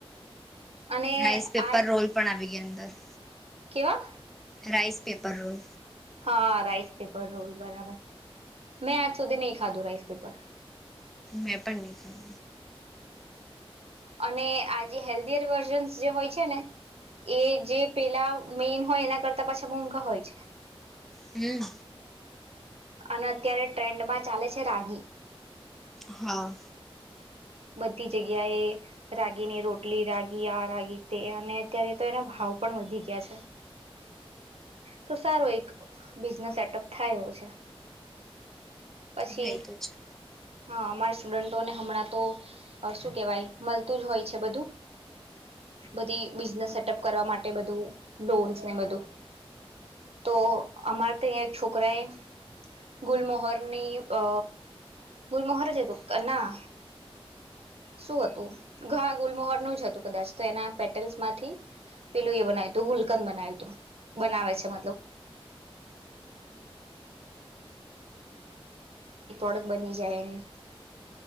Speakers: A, on the right (about 80°); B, in the centre.
A: અને
B: રાઈસ પેપર
A: આ
B: રોલ પણ આવી ગયા અંદર
A: કેવા
B: રાઇસ પેપર રોલ
A: હા રાઈસ પેપર રોલ બરાબર મેં આજ સુધી નહી ખાધું રાઈસ પેપર
B: મેં પણ ન
A: અને આ જે હેલ્ધિ વર્ઝન્સ જે હોય છે ને એ જે પેલા મેઈન હોય એના કરતા પાછા મોંઘા હોય છે
B: હમ
A: અને અત્યારે ટ્રેન્ડમાં ચાલે છે રાગી
B: હા
A: બધી જગ્યાએ રાગીની રોટલી રાગી આ રાગી તે અને અત્યારે તો એના ભાવ પણ વધી ગયા છે તો સારો એક બિઝનેસ સેટઅપ થાય એ છે. પછી
B: હા એ તો છે
A: હા અમારા સ્ટુડન્ટોને હમણાં તો શું કેવાય મળતું જ હોય છે બધું બધી બિઝનેસ સેટઅપ કરવા માટે બધું ડોન્સ ને બધું તો અમારે તો અહીં એક છોકરા એ ગુલમોહરની અ ગુલમોહર જ હતું ના શું હતું ઘા ગુલમોહર નું જ હતું કદાચ તો એના પેટલ્સ માંથી પેલું એ બનાવ્યું હતું ગુલકંદ બનાવ્યું તું બનાવે છે. મતલબ પ્રોડક્ટ બની જાય એની